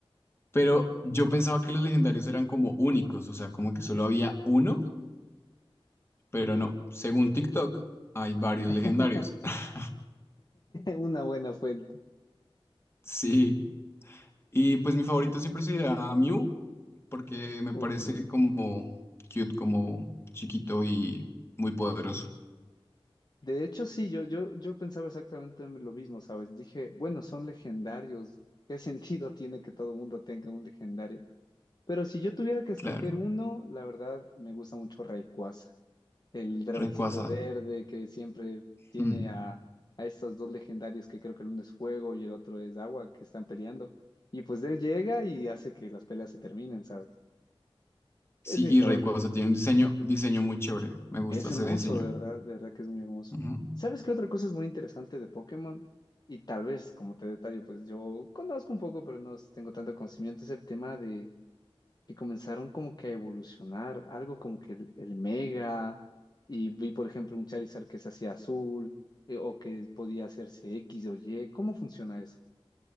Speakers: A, on the left (about 25°); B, on the left (about 45°).
A: pero yo pensaba que los legendarios eran como únicos, o sea, como que solo había uno, pero no, según TikTok hay varios
B: <laughs>
A: legendarios. <laughs>
B: Una buena fuente.
A: Sí, y pues mi favorito siempre será Mew porque me
B: Uh,
A: parece como cute, como chiquito y muy poderoso.
B: De hecho, sí, yo, yo, yo pensaba exactamente en lo mismo, ¿sabes? Dije, bueno, son legendarios. ¿Qué <laughs> sentido tiene que todo mundo tenga un legendario? Pero si yo tuviera que escoger
A: Claro,
B: uno, la verdad me gusta mucho Rayquaza, el dragoncito
A: Rayquaza.
B: verde que siempre tiene
A: mm.
B: a, a estos dos legendarios que creo que el uno es fuego y el otro es agua que están peleando. Y pues él llega y hace que las peleas se terminen, ¿sabes? Es
A: Sí,
B: mi
A: y
B: favorito.
A: Rayquaza tiene un diseño, diseño muy chévere. Me gusta
B: Es
A: ese
B: hermoso,
A: diseño.
B: de verdad, de verdad que es muy hermoso.
A: Ujú.
B: ¿Sabes qué otra cosa es muy interesante de Pokémon? Y tal vez, como te detallo, pues yo conozco un poco, pero no tengo tanto conocimiento, es el tema de que comenzaron como que a evolucionar, algo como que el, el Mega, y vi por ejemplo un Charizard que se hacía azul, eh, o que podía hacerse X o Y, ¿cómo funciona eso?